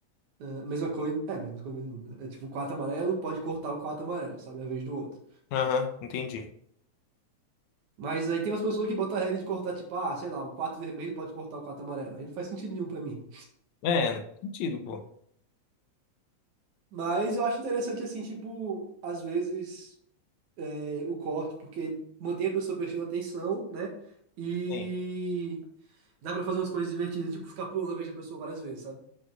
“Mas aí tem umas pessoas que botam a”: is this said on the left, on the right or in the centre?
Right